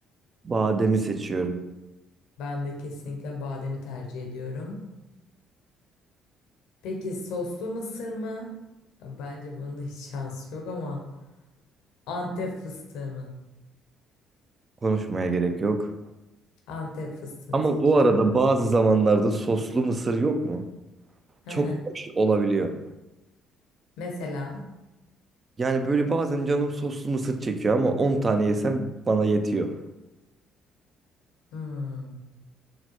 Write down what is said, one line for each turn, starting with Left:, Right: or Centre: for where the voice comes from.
Right: Bademi seçiyorum.
Left: Ben de kesinlikle bademi tercih ediyorum. Peki soslu mısır mı? Ya Bence bunun da hiç şansı yok ama Antep fıstığı mı?
Right: Konuşmaya gerek yok.
Left: Antep fıstığını
Right: Ama
Left: seçiyorum.
Right: bu arada bazı zamanlarda soslu mısır yok mu?
Left: Hı
Right: Çok
Left: hı.
Right: hoş olabiliyor.
Left: Mesela
Right: Yani böyle bazen canım soslu mısır çekiyor ama 10 tane yesem bana yetiyor.
Left: hmm,